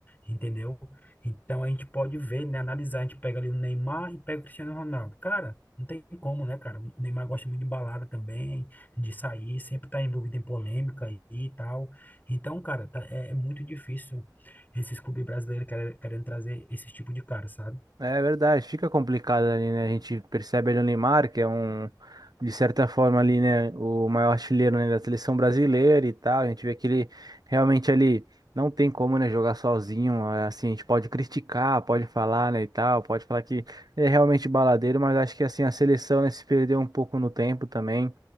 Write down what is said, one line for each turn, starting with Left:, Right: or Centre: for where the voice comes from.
Left: entendeu? Então a gente pode ver, né, analisar, a gente pega ali o Neymar e pega o Cristiano Ronaldo. Cara, não tem como, né, cara? O Neymar gosta muito de balada também, de sair, sempre tá envolvido em polêmica aí e tal. Então, cara, tá- é, é muito difícil esses clubes brasileiros querem, querendo trazer esse tipo de cara, sabe?
Right: É verdade, fica complicado ali, né? A gente percebe ali o Neymar, que é um, de certa forma ali, né, o maior artilheiro, né, da seleção brasileira e tal. A gente vê que ele realmente ali não tem como, né, jogar sozinho. É, Assim, a gente pode criticar, pode falar, né, e tal, pode falar que ele é realmente baladeiro, mas acho que assim a seleção, né, se perdeu um pouco no tempo também.